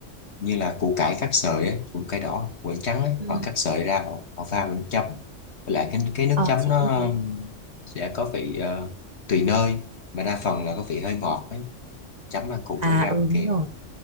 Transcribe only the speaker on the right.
ừ.
Ờ
chị
cũng thấy.
À
ừ
đúng
rồi.